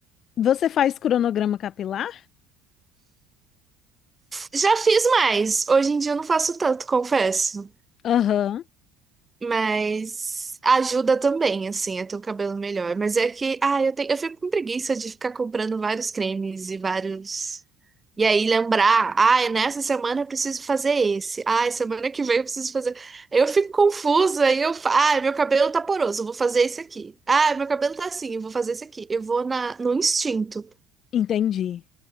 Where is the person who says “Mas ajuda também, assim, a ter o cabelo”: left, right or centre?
Right